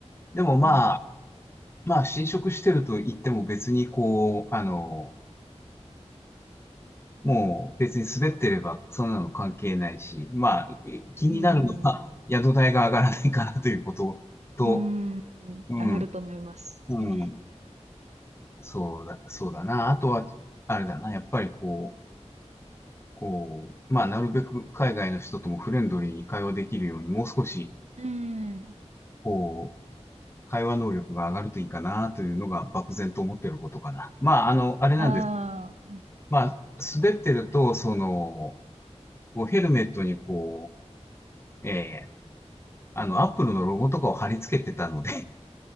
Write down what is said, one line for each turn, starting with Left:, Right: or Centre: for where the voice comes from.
Left: でもまあ、
Right: うん、
Left: まあ、侵食してると言っても別にこう、あの、もう別に滑ってればそんなの関係ないし、まあ、え気になるのは宿代が上がらないかなということと、
Right: うん、うん、
Left: うん、
Right: 上がると思います。
Left: うん、
Right: <laughs>
Left: そうだ、そうだな。あとは、あれだな、やっぱりこう、こう、まあ、なるべく海外の人ともフレンドリーに会話できるように、もう少し、
Right: うん。
Left: こう、会話能力が上がるといいかなというのが漠然と思っていることかな。まあ、あの、あれなんです。
Right: ああ、うん。
Left: まあ、滑ってると、その、こうヘルメットにこう、えー、あの、アップルのロゴとかを貼り付けてたので